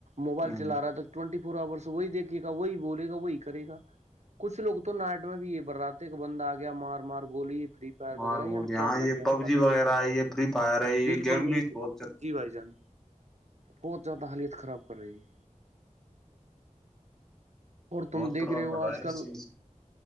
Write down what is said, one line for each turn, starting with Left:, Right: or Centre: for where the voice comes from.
Right: موبائل
Centre: ہ
Right: چ رہا تھا ٹئنٹی پراورس وہی دیکھے گا وہی بولے گا وہی کرے گا کچھ لوگ تو نائٹ میں بھی یہ بر رہاتے کہ بندہ آ گیا مار مار گولی فری فائر
Centre: مار
Right: وغیرہ
Centre: بول
Right: یا نا کیا
Centre: ہاں
Right: کیا
Centre: یہ
Right: گیم
Centre: پب
Right: کر
Centre: جی
Right: رہا
Centre: وغیرہ ہے یہ فری فائر ہے یہ
Right: بالکل
Centre: گیم بھی
Right: بالکل
Centre: بہ
Right: جی بھائی جان پچ حالیت خراب کر رہی اور تم
Centre: بہت
Right: دیکھ
Centre: پربھؤ
Right: رہے ہو
Centre: پڑ
Right: آج
Centre: رہا ہے اس
Right: کل
Centre: چیز